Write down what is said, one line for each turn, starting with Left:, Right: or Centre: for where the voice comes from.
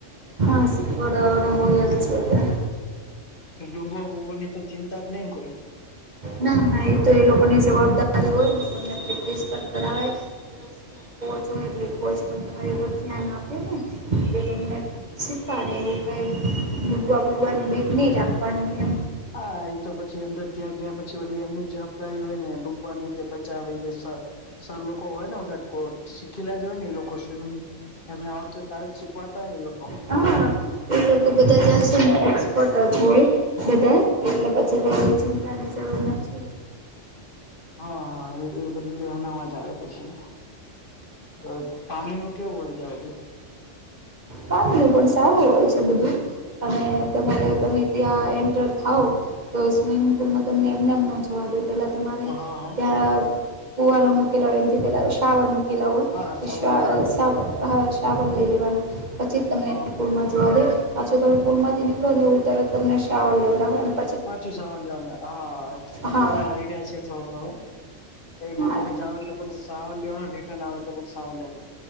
Right: હા શીખવાડવા વાળા હોય જ છે ત્યાં.
Left: ડૂબો બૂબોની તો ચિંતા જ નહી ને કોઈ?
Right: ના ના એ તો એ લોકોની જવાબદારી હોય ને તમને પ્રેક્ટિસ પણ કરાવાય ત્યાં કોચ હોય એટલે ઈ કોચ પણ તમારી ઉપર ધ્યાન આપે ને કે તમને શીખવાડે એવું કાઈ ડૂબવા બુબવાની બીક નહી રાખવાની એમ
Left: હા એ તો પછી અંદર ત્યાં ગયા પછી બધી એમની જ જવાબ દારી હોય ને ડૂબવાની કે બચાવીએ સર સર લોકો હોય ને બધા કોચ શીખેલા જ હોય ને એ લોકો સ્વીમીંગ એમને આવડતું હોય તારે જ શીખવાડતા હોયને એ લોકો
Right: હા એ લોકો બધા ત્યા છે ને એક્સપર્ટ જ હોય બધા એટલે પછી કંઈ ચિંતાની જરૂર નથી.
Left: હા હા એ ઈ બધું તો એમનામાં જ આવે પછી ત પાણીનું કેવું હોય ત્યાં બધું?
Right: પાણીનું પણ સારું હોય છે બધું. અને તમારે તમે ત્યાં એન્ટર થાવ તો સ્વિમિંગ પુલમાં તમને એમને એમ ન જોવા દે, પેલા તમારે
Left: હા હા
Right: ત્યાં કુવારા મૂકેલા હોય, એમથી પેલા શાવર મુૂકેલા હોય
Left: હા સામાન
Right: શ
Left: લેવું પડે
Right: સાવર. ર લઈ લેવાનું, પછી તમને
Left: હ
Right: પુલમાં જોવા દે. પાછો તમે પુલમાંથી નીકળો ને, એવું ત્યારે તમને શાવર લેડાવે ને.
Left: પાછું સવાર લેવાનું. હા, એ
Right: હા
Left: તો મને આઈડિયા છે. થોડું-થોડું એમાં
Right: હા
Left: તમે જાઓ એટલે બ સવાર લેવાને, રિટર્ન આવો, એટલે બ સવાર લેવાનું.